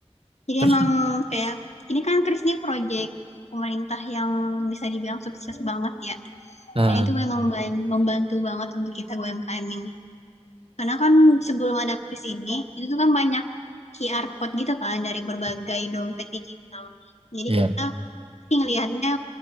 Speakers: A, on the left; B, on the right.
A: Jadi
B: Terus,
A: emang kayak ini kan Kris ini project pemerintah yang bisa dibilang sukses banget ya.
B: nah,
A: Dan itu memang ban- membantu banget untuk kita UMKM ini. Karena kan sebelum ada Kris ini, itu tuh kan banyak QR code gitu kan dari berbagai dompet digital. Jadi
B: ya,
A: kita sih ngelihatnya